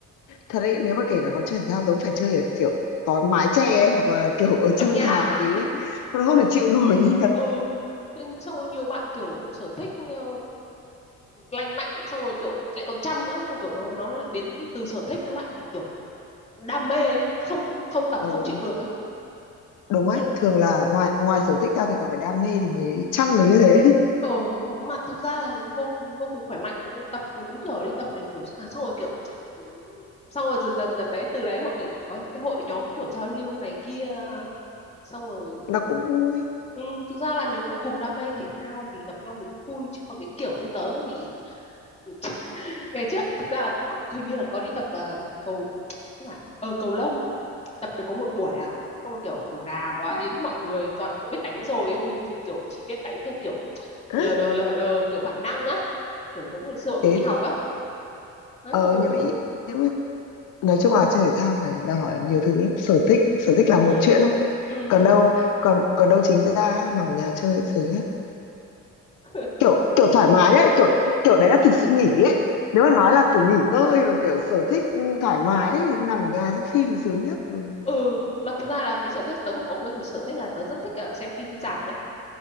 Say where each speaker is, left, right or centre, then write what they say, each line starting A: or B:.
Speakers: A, on the left; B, on the left.
A: thật đấy nếu mà kể cả có chơi thể thao tớ cũng phải chơi ở kiểu có mái che ấy, hoặc là kiểu ở trong
B: trong nhà
A: nhà một tí ấy. nó không thể chịu nổi <laughs> nhiệt
B: ừ nhưng xong rồi nhiều bạn kiểu sở thích ờ, lành mạnh xong rồi kiểu lại còn chăm nữa xong rồi kiểu nó nó lại biến từ sở thích nó lại thành kiểu đam mê ấy. không không tập
A: ừ,
B: không chịu được á
A: đúng
B: cho
A: ấy
B: nên
A: thường là ngoài ngoài sở thích ra thì còn phải đam mê thì mới chăm được như thế
B: ờ mà thực ra là vô vô cùng khỏe mạnh tập đúng kiểu đi tập để kiểu à xong rồi kiểu ừ, xong rồi dần dần dần đấy từ đấy mọi người có có những cái hội nhóm kiểu giao lưu này kia xong rồi
A: nó cũng vui
B: ừ, thực ra là nếu mà cùng đam mê thể thao thì gặp nhau thì cũng vui chứ còn cái kiểu như tớ thì ừ, ngày trước thực ra là cũng hình như là có đi tập à, cầu không phải ờ cầu lông tập được có một buổi à xong rồi kiểu gà quá đến mọi người toàn kiểu biết đánh rồi ấy. mình thì kiểu chỉ biết đánh theo kiểu
A: <laughs>
B: lờ đờ lờ đờ kiểu bản năng á kiểu giống ngày xưa bọn
A: thế
B: mình đi học á đấy
A: ờ
B: xong rồi
A: như
B: không
A: vậy nếu mà nói chung là chơi thể thao phải đòi hỏi nhiều thứ lắm sở thích sở thích là một
B: ừ
A: chuyện thôi
B: ừ
A: còn đâu còn còn đâu chính ra nằm ở nhà chơi sướng nhất
B: <laughs>
A: kiểu kiểu thoải mái ấy kiểu kiểu đấy là thực sự nghỉ ấy nếu mà nói là kiểu nghỉ ngơi và kiểu sở thích ừ, thoải mái ấy, nằm ở nhà xem phim sướng nhất còn
B: ừ mà thực ra là cái sở thích tớ không có một cái sở thích là tớ rất thích ờ, xem phim rạp nhá